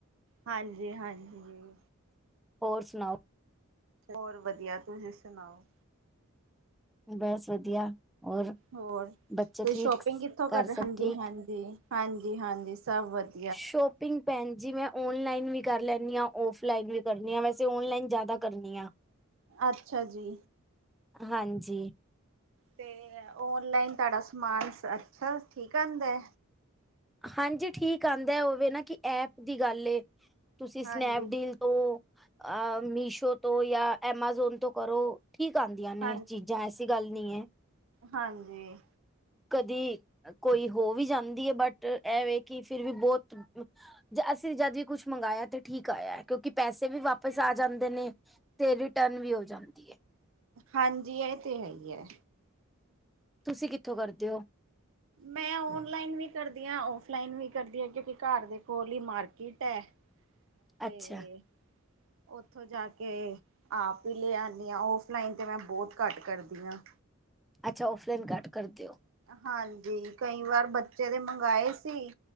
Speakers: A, on the right; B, in the centre.
A: ਹਾਂਜੀ ਹਾਂਜੀ।
B: ਹੋਰ ਸੁਨਾਓ!
A: ਹੋਰ ਵਧੀਆ ਤੁਸੀਂ ਸੁਨਾਓ
B: ਬਸ ਵਧੀਆ ਹੋਰ
A: ਹੋਰ ਤੁਸੀਂ
B: ਬੱਚੇ ਠੀਕ
A: ਸ਼ੋਪਿੰਗ ਕਿੱਥੋਂ ਕਰ
B: ਘਰ ਸਭ
A: ਹਾਂਜੀ
B: ਠੀਕ?
A: ਹਾਂਜੀ ਹਾਂਜੀ ਹਾਂਜੀ ਸਭ ਵਧੀਆ
B: ਸ਼ੋਪਿੰਗ ਭੈਨ ਜੀ ਮੈਂ ਓਨਲਾਈਨ ਵੀ ਕਰ ਲੈਂਨੀ ਆ ਔਫਲਾਈਨ ਵੀ ਕਰਨੀ ਆ ਵੈਸੇ ੳਨਲਾਈਨ ਜ਼ਿਆਦਾ ਕਰਨੀ ਆ
A: ਅੱਛਾ ਜੀ।
B: ਹਾਂਜੀ।
A: ਤੇ ਓਨਲਾਈਨ ਤੁਹਾਡਾ ਸਮਾਨ ਅੱਛਾ ਠੀਕ ਆਂਦਾ।
B: ਹਾਂਜੀ ਠੀਕ ਆਂਦਾ ਉਹ ਵੇ ਨਾ ਕਿ ਐਪ ਦੀ ਗੱਲ ਏ ਤੁਸੀਂ
A: ਹਾਂਜੀ
B: ਸਨੈਪਡੀਲ ਤੋਂ ਅਹ ਮੀਸ਼ੋ ਤੋਂ ਜਾਂ ਐਮਾਜ਼ੋਨ ਤੋਂ ਕਰੋ ਠੀਕ ਆਂਦੀਆਂ ਨੇ
A: ਹਾਂ
B: ਇਹ ਚੀਜ਼ ਜਾਂ ਐਸੀ ਗੱਲ ਨਹੀਂ ਏ
A: ਹਾਂਜੀ।
B: ਕਦੀ ਕੋਈ ਹੋ ਵੀ ਜਾਂਦੀ ਏ ਬਟ ਇਹ ਵੇ ਕਿ ਫਿਰ ਵੀ ਬਹੁਤ ਅਸੀਂ ਜਦ ਵੀ ਕੁਛ ਮੰਗਾਇਆ ਤੇ ਠੀਕ ਆਇਆ ਕਿਉਂਕਿ ਪੈਸੇ ਵੀ ਵਾਪਿਸ ਆ ਜਾਂਦੇ ਨੇ ਤੇ ਰਿਟਰਨ ਵੀ ਹੋ ਜਾਂਦੀ ਹੈ।
A: ਹਾਂਜੀ ਇਹ ਤੇ ਹੈ ਹੀ ਏ
B: ਤੁਸੀਂ ਕਿੱਥੋਂ ਕਰਦੇ ੳ?
A: ਮੈਂ ਓਨਲਾਈਨ ਵੀ ਕਰਦੀ ਆ ਔਫਲਾਈਨ ਵੀ ਕਰਦੀ ਆ ਕਿਉਂਕਿ ਘਰ ਦੇ ਕੋਲ ਈ ਮਾਰਕੀਟ ਹੈ ਤੇ
B: ਅੱਛਾ
A: ਉੱਥੋਂ ਜਾ ਕੇ ਆਪ ਹੀ ਲੈ ਆਨੀ ਆ ਓਫਲਾਈਨ ਤੇ ਮੈਂ ਬਹੁਤ ਘੱਟ ਕਰਦੀ ਆ
B: ਅੱਛਾ ਔਫਲਾਈਨ ਘੱਟ ਕਰਦੇ ਓ
A: ਹਾਂਜੀ ਕਈ ਵਾਰ ਬੱਚੇ ਦੇ ਮੰਗਾਏ ਸੀ